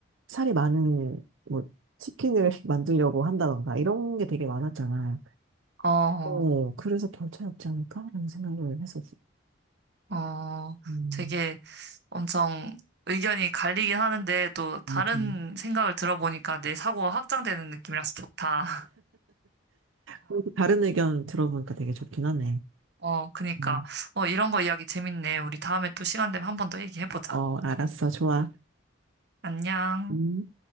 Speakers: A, on the right; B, on the right.
A: 살이 많은 뭐 치킨을 <laughs> 만들려고 한다던가 이런 게 되게 많았잖아.
B: 어, 어,
A: 어, 그래서 별 차이 없지 않을까라는 생각을 했었어.
B: 어,
A: 음,
B: 되게 엄청 의견이 갈리긴 하는데 또 다른
A: 맞아.
B: 생각을 들어보니까 내 사고가 확장되는 느낌이라서 좋다.
A: 그리고 다른 의견 들어보니까 되게 좋긴 하네.
B: <laughs> 어, 그니까.
A: 음.
B: 어, 이런 거 이야기 재밌네. 우리 다음에 또 시간 되면 한 번 더 얘기해보자.
A: 어, 알았어. 좋아.
B: 안녕.
A: 음.